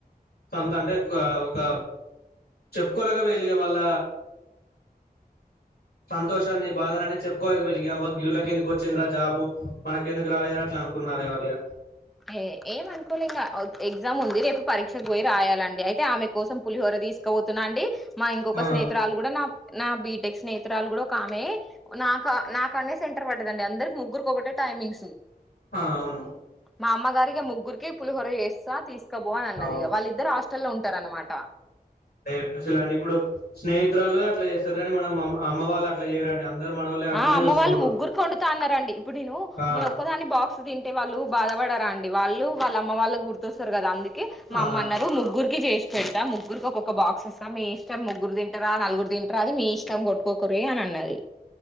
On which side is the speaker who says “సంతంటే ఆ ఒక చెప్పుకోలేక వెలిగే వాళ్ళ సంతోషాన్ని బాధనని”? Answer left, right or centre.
Left